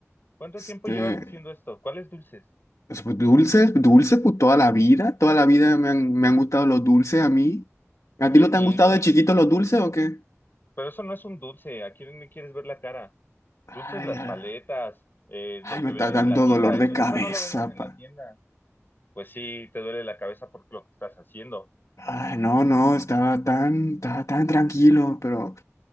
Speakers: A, on the left; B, on the left.
A: ¿Cuánto
B: este,
A: tiempo llevas haciendo esto? ¿Cuáles dulces?
B: Pues, pues, dulces, dulces, pues toda la vida, toda la vida me han, me han gustado los dulces a mí. ¿A
A: Y,
B: ti no
A: y,
B: te han gustado de
A: y-
B: chiquito los dulces o qué?
A: pero eso no es un dulce. ¿A quién le quieres ver la cara?
B: Ay,
A: Dulces, las
B: ay,
A: paletas, eh, lo que
B: me
A: venden
B: está dando
A: en la tienda.
B: dolor
A: Eso,
B: de
A: eso
B: cabeza,
A: no lo venden en
B: pa.
A: la tienda. Pues sí, te duele la cabeza por lo que estás haciendo.
B: Ay, no, no, estaba tan, estaba tan tranquilo, pero